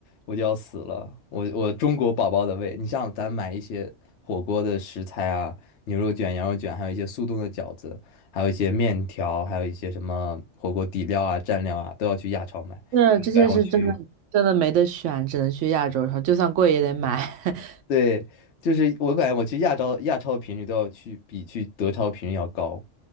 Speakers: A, on the left; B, on the right.
A: 我就要死了。我我中国宝宝的胃，你像咱买一些火锅的食材啊，牛肉卷、羊肉卷，还有一些速冻的饺子，还有一些面条，还有一些什么火锅底料啊、蘸料啊，都要去亚超买。
B: 是这些是真的，
A: 我感觉我去，
B: 真的没得选，只能去亚洲然后就算贵也得买。<laughs>
A: 对，就是我感觉我去亚超亚超的频率都要去比去德超频率要高。